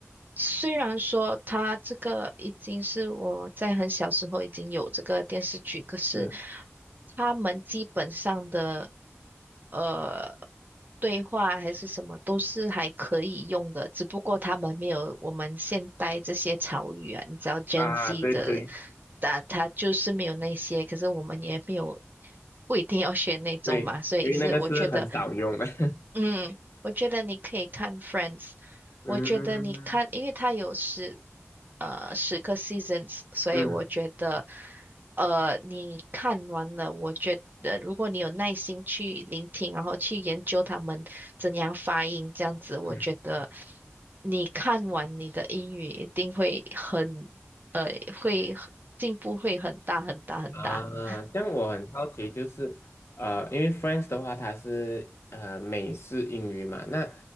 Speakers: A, on the right; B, on the left.
A: 虽然说他这个已经是我在很小时候已经有这个电视剧，可是
B: 嗯
A: 他们基本上的呃对话还是什么都是还可以用的，只不过他们没有我们现代这些潮语啊，你知道 Gen
B: 啊，
A: Z
B: 对对
A: 的，他他就是没有那些，可是我们也没有不一定要学那种嘛，
B: 对，
A: 所以是我觉得。
B: 因为那个是很少用的。<laughs>
A: 嗯，我觉得你可以看《Friends》，
B: 嗯
A: 我觉得你看，因为它有十呃十个 seasons，所以我觉得，
B: 嗯
A: 呃，你看完了，我觉得如果你有耐心去聆听，然后去研究他们怎样发音，这样子，我觉得
B: 嗯。
A: 你看完你的英语一定会很，呃，会进步会很大很大很大。
B: 啊，
A: <laughs>
B: 这样我很好奇，就是呃，因为 French 的话，它是呃美式英语嘛，那